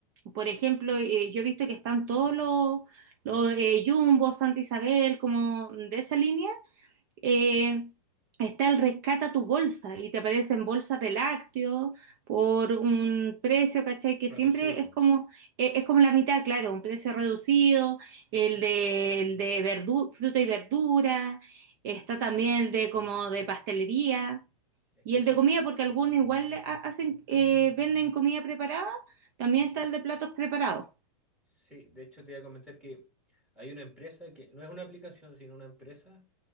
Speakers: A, on the right; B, in the centre.
A: Por ejemplo, eh, yo he visto que están todos los, los eh, Jumbo, Santa Isabel, como de esa línea, eh, está el rescata tu bolsa y te aparecen bolsas de lácteos por un precio, ¿cachai? Que
B: Reducido.
A: siempre es como, eh, es como la mitad, claro, un precio reducido, el de, el de verdu- fruta y verdura, está también el de como de pastelería
B: Es
A: y
B: que
A: el
B: eso
A: de comida, porque algunos igual ha- hacen, eh, venden comida preparada, también está el de platos preparados,
B: Sí, de hecho te iba a comentar que hay una empresa que no es una aplicación, sino una empresa